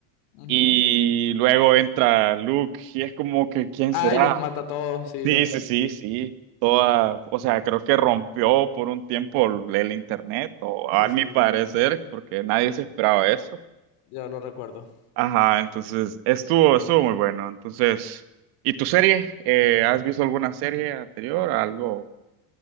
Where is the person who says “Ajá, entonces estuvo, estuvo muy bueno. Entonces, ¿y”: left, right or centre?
Right